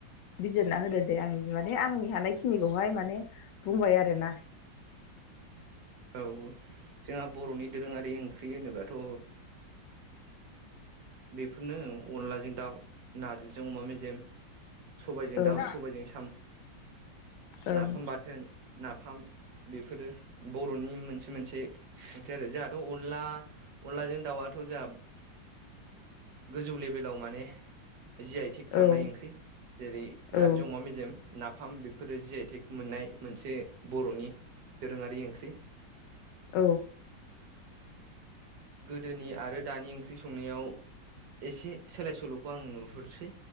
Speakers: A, on the left (about 75°); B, on the right (about 65°).
A: बिजिरना होदो दे आंनि माने आंनि हानायखिनिखौहाय माने बुंबाय आरोना
B: औ जोंहा बर'नि दोरोङारि ओंख्रि होनोबाथ' बेफोरनो अनलाजों- दाउ नारजिजों अमा मेजेम सबायजों
A: औ
B: दाउ सबाय-
A: ओं
B: नाफाम बाथोन नाफ फ्राय बेफोरो बर'नि मोनसे मोनसे ओंख्रि आरो जोंहाथ' अनला अन अलाजों दाउआथ' जाहा गोजौ लेभेलाव माने जि आइ थेक थांनाय
A: ओं
B: ओंख्रि जेरै नार्जि
A: ओं
B: अमा मेजेम नाफ फाम बेफोरो जि आइटेंखौ मोननाय मोनसे बर'नि दोरोङारि ओंख्रि <inaudible>
A: औ
B: गोदोनि आरो दानि ओंख्रि संनायाव एसे सोलाय सोल'खौ आं नुहरसै